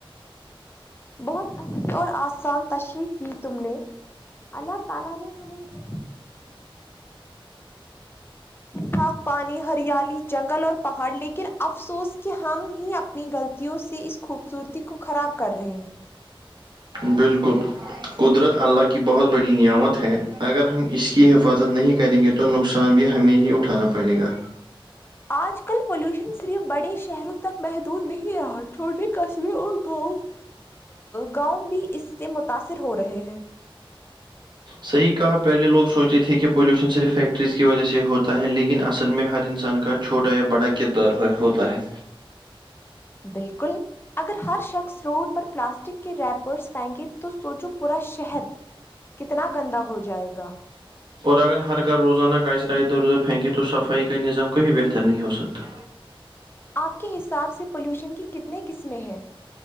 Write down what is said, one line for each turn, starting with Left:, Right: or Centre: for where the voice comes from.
Left: بہت اچھی اور آسان تشریح کی تم نے اللہ تعالی نے ہمیں اتنا صاف پانی ہریالی جنگل اور پہاڑ لیکن افسوس کہ ہم ہی اپ نی غلطیوں سے اس خوبصورتی کو خراب کر رہے ہیں
Right: بالکل قدرت اللہ کی بہت بڑی نعمت ہے اگر ہم اس کی حفاظت نہیں کریں گے تو تو نقصان بھی ہمیں ہی اٹھانا پڑے گا
Left: آج کل پولوشن صرف بڑے شہروں تک محدود نہیں رہا چھوٹے قصبے اور گاؤں گاؤں بھی اس سے متاثر ہو رہے ہیں
Right: صحیح کہا پہلے لوگ سوچتے تھے کہ پولوشن صرف فیکٹریز کی وجہ سے ہوتا ہے لیکن اصل میں ہر انسان کا چھوٹا یا بڑا کردار ہوتا ہے
Left: بالکل اگر ہر شخص روڈ پر پلاسٹک کے ریپرس پھینگے تو سچو پورا شہر کتنا گندا ہو جائے گا
Right: اور اگر ہرکا روزانہ کااسرائے ادھر ادھر پھینکیں تو صفائی کا نظام کبھی بہتر نہیں ہو سکتا
Left: آپ کے حساب سے پولیوشن کی کتنے قسمیں ہیں